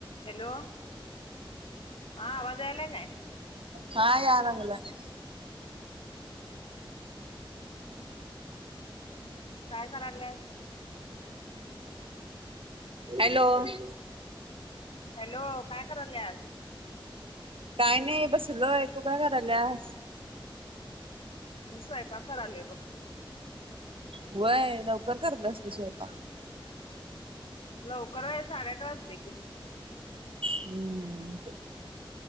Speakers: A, on the left; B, on the right.
A: Hello, हा आवाज यालाय काय?
B: हा या लागलाय.
A: काय कराल्यास?
B: हॅलो. !
A: हॅलो, काय कराल्यास?
B: काय नाही बसलोय, तू काय करायल्यास?
A: मी स्वयपाक करालोय बघ.
B: व्हय, लवकर करत्यास की स्वयपाक.
A: लवकर व्हय, साडेआठ वाजले की.
B: हम्म,